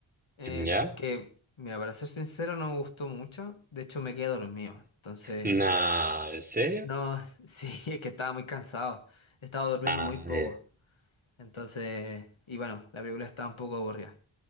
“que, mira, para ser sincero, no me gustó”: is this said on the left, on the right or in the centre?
Left